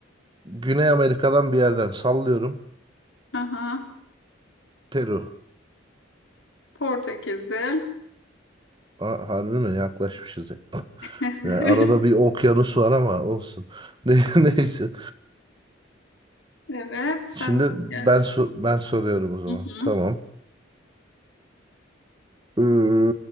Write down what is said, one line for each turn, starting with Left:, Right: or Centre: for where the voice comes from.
Right: Güney Amerika'dan bir yerden sallıyorum.
Left: Aha.
Right: Peru.
Left: Portekiz'de.
Right: A- harbi mi? Yaklaşmışız. ya. <laughs>
Left: <laughs>
Right: Yani arada bir okyanus var ama olsun. <laughs> Ne- Neyse.
Left: Evet, sen
Right: Şimdi
Left: de
Right: ben
Left: gelsin.
Right: sor- ben soruyorum o zaman.
Left: Hı hı.
Right: Tamam. Ee,